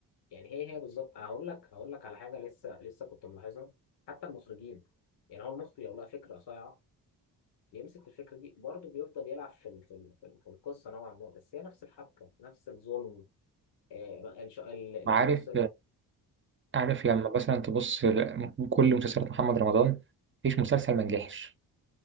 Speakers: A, on the left (about 70°); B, on the right (about 30°).
A: يعني هي هي بالظبط هقول لك هقول لك على حاجه لسه لسه كنت ملاحظها حتى المخرجين يعني هو المخرج لو لقى فكره صايعه بيمسك الفكره دي برضه بيفضل يلعب في ال- في ال- في ال- في القصه نوعا ما بس هي نفس الحبكه نفس الظلم آه، الش- ال-
B: عارف
A: الشخص ال-
B: عارف لما مثلا تبص ل- كل مسلسلات محمد رمضان مفيش مسلسل ما نجحش